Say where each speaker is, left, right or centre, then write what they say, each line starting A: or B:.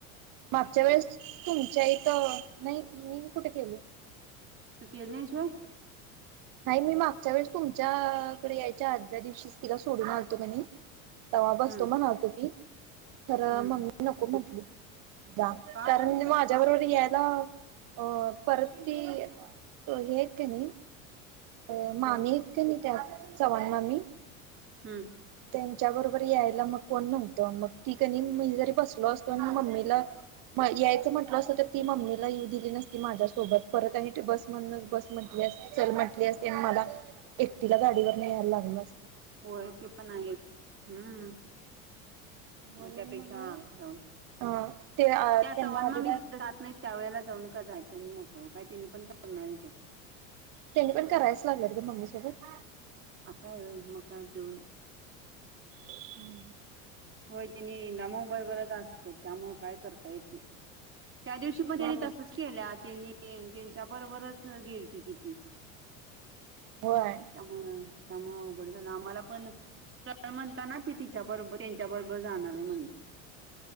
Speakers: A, on the right (about 50°); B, on the right (about 30°).
A: मागच्या वेळेस तुमच्या इथं नाही मी कुठे केल
B: तू केरल्याशवाय
A: नाही मी मागच्या वेळेस तुमच्याकडे यायच्या आदल्या दिवशीच तिला सोडून आणतो म्हणे तवा बसतो
B: हम्म
A: म्हणा तुम्ही खरं
B: हम्म
A: मम्मी नको म्हंटली जा
B: का
A: कारण मा जबरवरर येला अ परती हेयत का नाही अ मामी
B: कोण
A: आहेत कणी त्या चव्हाण मामी
B: हम्
A: त्यांच्या बरोबर यायला मग कोण नव्हतो मग ती कणी मी जरी बसलो असतो आणि मम्मीला पण यायचं म्हंटलं असतो तर ती मम्मीला येऊ दिली नसती माझ्यासोबत परत आणि ते बस मदनेच बस चल म्हटली असती आणि मला एकटीला गाडीवरन यायला लागलं असत
B: होय ते पण आहे हम्म
A: म्हणून
B: मग त्या पेक्षा
A: मी
B: जाऊन त्या
A: अ ते त्यांना
B: चव्हाण
A: अभिदा
B: मामी तिथं राहत नाही त्या वेळेला जाऊन का जायचं मोकळ काय त्यांनी पण करणार ते
A: त्यांनी पण करायच लागल्यात ग ते मम्मी सोबत
B: असं आहे व्हय मग काय <inaudible>
A: हम्म
B: होय त्यांनी नाम बरोबरच असते त्यामुळं काय करता येत त्या दिवशी पण त्यांनी
A: हा
B: तसच केल्या त्यांनी त्यांच्या बरोबरच गेलती कि ती
A: होय
B: त्यामुळं त्यामुळं अवघड झालं आम्हाला पण चल म्हणताना ती तिच्या बरोबर येइ त्याच्याबरोबर जाणार आहे म्हणली